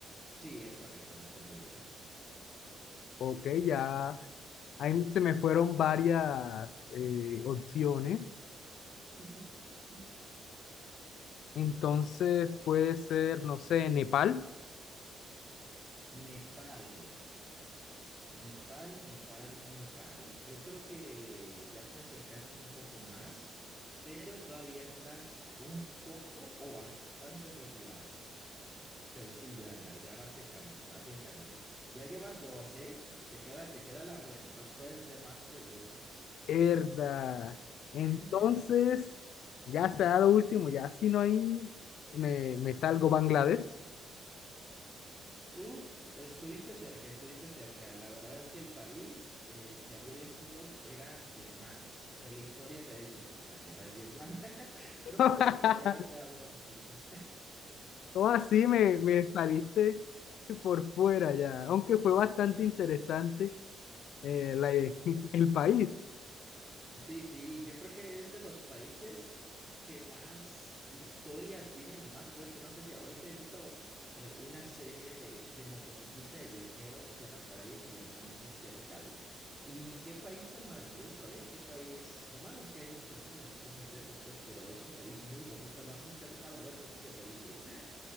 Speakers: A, on the right; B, on the left.
A: Sí, es correcto, no está en Medio Oriente.
B: Ok, ya ahí se me fueron varias eh, opciones.
A: <laughs>
B: Entonces puede ser, no sé, Nepal.
A: Nepal. Nepal, Nepal, Nepal. Yo creo que ya te acercaste un poco más, pero todavía estás un poco o bastante retirado. Pero sí, ya, ya, ya vas en camino, vas en camino. Ya llevas dos, ¿eh? Te queda, te queda la buena, entonces puedes hacer más preguntas.
B: Herda. Entonces,
A: <laughs>
B: ya será lo último, ya si no hay, me, me salgo Bangladesh.
A: Uf, estuviste cerca, estuviste cerca. La verdad es que el país eh, que había elegido era Vietnam. De la historia te ha hecho por la guerra de Vietnam. <laughs>
B: <laughs>
A: Creo po- que podía haberte dado más pistas. <laughs>
B: Todo así me, me saliste por fuera ya, aunque fue bastante interesante eh, la- <laughs> el país.
A: Sí, sí, yo creo que es de los países que más historia tienen o más fuerte. No sé si ahorita he visto eh, una serie de, de motociclista de viajero que anda por ahí en Vietnam, no sé si te ha tocado. Y qué país tan maravilloso, ¿eh? Qué país. Lo malo es que hay muchas minas y cosas de esas, pues, pero es un país muy bonito. No sé si te ha tocado ver cosillas ahí. <laughs>